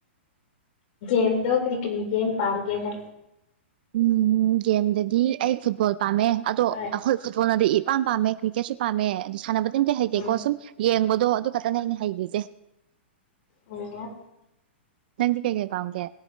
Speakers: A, on the left; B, on the right.
A: ꯦꯝꯗꯣ ꯀꯔꯤ ꯀꯔꯤꯒꯦꯦꯝ ꯄꯥꯝꯒꯦ ꯅ
B: ꯎꯝ ꯒꯦꯝꯗꯗꯤ ꯑꯩ ꯐꯨꯠꯕꯣꯜ ꯄꯥꯝꯃꯦ ꯑꯗꯣ
A: ꯍꯣꯏ
B: ꯑꯩꯈꯣꯏ ꯐꯨꯠꯕꯣꯜꯅꯗꯤ ꯑꯄꯥꯝ ꯄꯥꯝꯃꯦ ꯀ꯭ꯔꯤꯛꯀꯦꯠꯁꯨ ꯄꯥꯝꯃꯦ ꯑꯗꯨ ꯁꯥꯟꯅꯕꯗꯤꯝꯇ ꯍꯩꯇꯦꯀꯣ
A: ꯎꯝ
B: ꯁꯨꯝ ꯌꯦꯡꯕꯗꯣ ꯑꯗꯨ ꯐꯠꯇꯅ ꯑꯩꯅ ꯍꯩꯈꯤꯁꯦ
A: ꯑꯣ
B: ꯅꯪꯗꯤ ꯀꯩ ꯀꯩ ꯄꯥꯝꯒꯦ